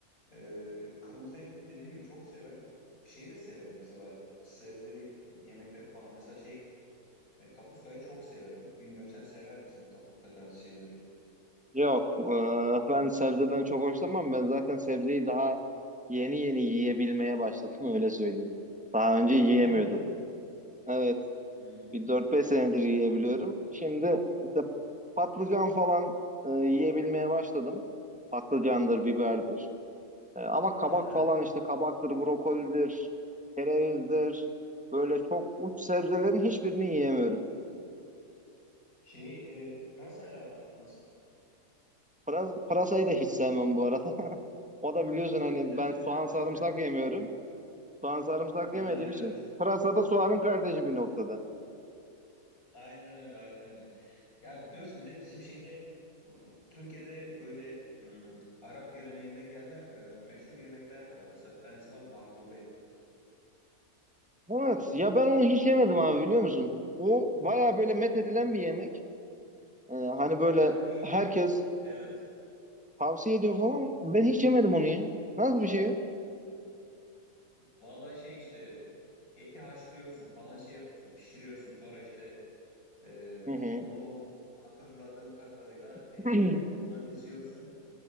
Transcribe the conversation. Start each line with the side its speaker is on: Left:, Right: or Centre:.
Left: e, kırmızı eti dediğim gibi çok severim. Şeyi de severim mesela sebzeli yemekleri falan. Mesela şey e, kapuskayı çok severim. Bilmiyorum sen sever misin kapuska tarzı şeyleri?
Centre: Yok, eee, ben sebzeden çok hoşlanmam. Ben zaten sebzeyi daha yeni yeni yiyebilmeye başladım öyle söyleyeyim. Daha önce yiyemiyordum.
Left: Ha.
Centre: Evet,
Left: Hmm.
Centre: bir dört beş senedir yiyebiliyorum. Şimdi işte patlıcan falan eee, yiyebilmeye başladım. Patlıcandır, biberdir. Eee, ama kabak
Left: Aha.
Centre: falan işte kabaktır, brokolidir, kerevizdir. Böyle çok uç sebzelerin hiçbirini yiyemiyorum.
Left: Şey e, pırasayla aran nasıl?
Centre: Pıras- Pırasayı da hiç sevmem bu arada. O da biliyorsun hani
Left: <laughs>
Centre: ben soğan sarımsak yemiyorum. Soğan sarımsak
Left: Ha,
Centre: yemediğim
Left: Evet.
Centre: için pırasa da soğanın kardeşi bir noktada.
Left: Aynen öyle, aynen öyle. Ya biliyorsun bir de bizim şeyde e, Türkiye'de böyle e, Arap geleneğinden gelme e, meşhur yemekler de var. Mesela bir tanesi var maklube.
Centre: Evet ya ben onu hiç yemedim abi biliyor musun? O baya böyle met edilen bir yemek. Ee, hani böyle
Left: Yani
Centre: herkes
Left: evet
Centre: tavsiye ediyor falan. Ben hiç yemedim onu ya. Nasıl bir şey o?
Left: Vallahi şey işte eti haşlıyorsun falan şey yapıyorsun pişiriyorsun sonra işte e,
Centre: Hı hı.
Left: onu hatırladığım kadarıyla tencerenin
Centre: <clears throat>
Left: altına diziyorsun